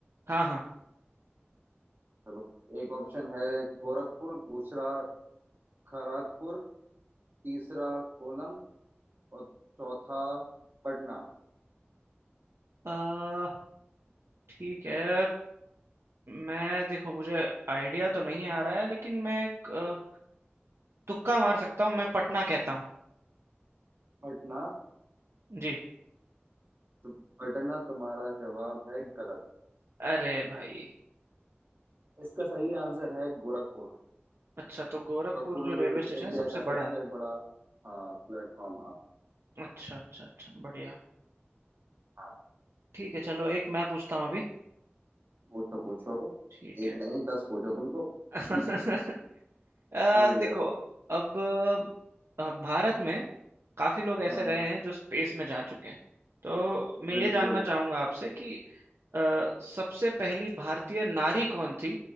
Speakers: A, on the right; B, on the right.
A: हाँ हाँ
B: चलो एक ऑप्शन है गोरखपुर दूसरा खड़गपुर तीसरा कोलम और चौथा पटना
A: आ, ठीक है मैं देखो मुझे आइडिया तो नहीं आ रहा है लेकिन मैं एक, अ, तुक्का मार सकता हूँ मैं पटना कहता हूँ
B: पटना
A: जी
B: तो पटना तुम्हारा जवाब है गलत
A: अरे भाई
B: इसका सही आंसर है गोरखपुर
A: अच्छा तो गोरखपुर
B: गोरखपुर
A: जो रेलवे स्टेशन
B: इंडिया
A: है सबसे
B: का सबसे
A: बड़ा है
B: बड़ा हाँ प्लेटफॉर्म हाँ
A: अच्छा अच्छा अच्छा बढ़िया
B: हाँ
A: ठीक है चलो एक मैं पूछता हूँ अभी
B: पूछो पूछो
A: ठीक
B: एक नहीं दस पूछो तुम तो
A: है <laughs>
B: <laughs>
A: अ,
B: और
A: देखो
B: क्या
A: अब अ, भारत में काफी लोग ऐसे
B: हाँ
A: रहे हैं जो स्पेस में जा चुके हैं तो मैं
B: बिल्कुल
A: ये जानना चाहूंगा आपसे कि अ, सबसे पहली भारतीय नारी कौन थी